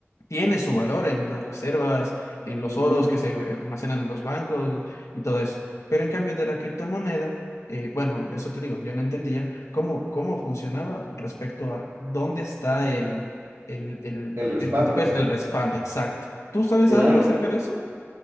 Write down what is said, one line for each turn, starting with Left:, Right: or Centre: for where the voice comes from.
Left: tiene su valor en las reservas, en los
Right: Uh
Left: oros
Right: -huh.
Left: que se almacenan en los bancos y todo eso. Pero en cambio de la criptomoneda, eh, bueno, eso te digo, yo no entendía cómo, cómo funcionaba respecto a dónde está el, el, el,
Right: El respaldo.
Left: el contrapeso, el respaldo exacto. ¿Tú sabes
Right: Claro,
Left: algo acerca de eso?